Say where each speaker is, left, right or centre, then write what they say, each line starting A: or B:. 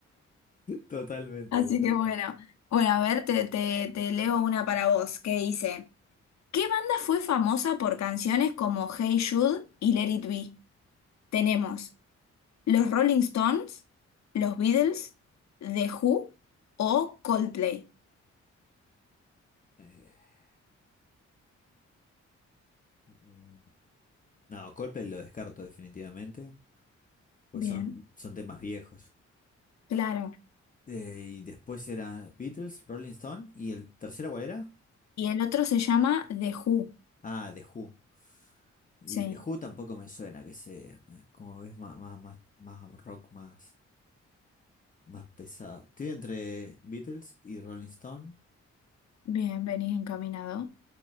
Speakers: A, on the left; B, on the left.
A: Totalmente,
B: <laughs> Así
A: totalmente.
B: que bueno, bueno, a ver, te, te, te leo una para vos que dice, ¿qué banda fue famosa por canciones como Hey Jude y Let It Be? Tenemos los Rolling Stones, los Beatles, The Who o Coldplay.
A: Eh, mm, mm, No, Coldplay lo descarto definitivamente, pues
B: Bien,
A: son, son temas viejos.
B: claro.
A: Eh, y después era Beatles, Rolling Stone. ¿Y el tercero cuál era?
B: Y el otro se llama The Who.
A: Ah, The Who. Y
B: Sí,
A: The Who tampoco me suena, que sé, eh, como ves, más, más, más, más rock, más, más pesado. Estoy entre Beatles y Rolling Stone.
B: bien, venís encaminado.